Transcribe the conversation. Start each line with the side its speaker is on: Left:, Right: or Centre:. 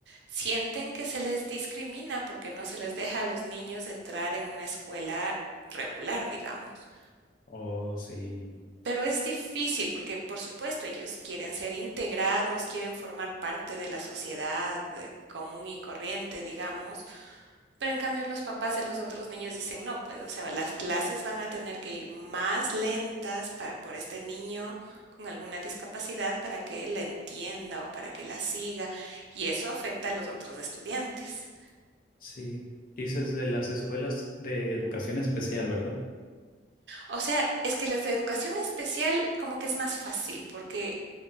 Right: sienten que se les discrimina porque no se les deja a los niños entrar en una escuela regular, digamos.
Left: Oh, sí.
Right: Pero es difícil porque, por supuesto, ellos quieren ser integrados, quieren formar parte de la sociedad eh, común y corriente, digamos, pero en cambio los papás de los otros niños dicen, no, pues, o sea, las clases van a tener que ir más lentas para, por este niño con alguna discapacidad para que la entienda o para que la siga, y eso afecta a los otros estudiantes.
Left: Sí, dices de las escuelas de educación especial, ¿verdad?
Right: O sea, es que las de educación especial como que es más fácil porque